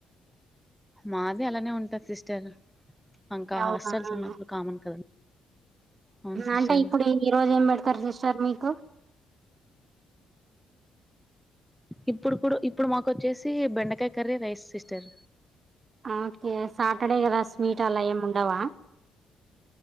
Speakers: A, in the centre; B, on the right.
A: మాది అలానే ఉంటది సిస్టర్ ఇంకా
B: అవునా
A: హాస్టల్స్
B: ఉహు.
A: ఉన్నప్పుడు కామన్ కదా అవును సిస్టర్
B: అంటే ఇప్పుడు ఈ రోజు ఏం పెడతారు సిస్టర్ మీకు
A: ఇప్పుడు కూడా ఇప్పుడు మాకు వచ్చేసి బెండకాయ curry rice sister
B: okay Saturday కదా స్వీట్ అలా ఏమి ఉండవా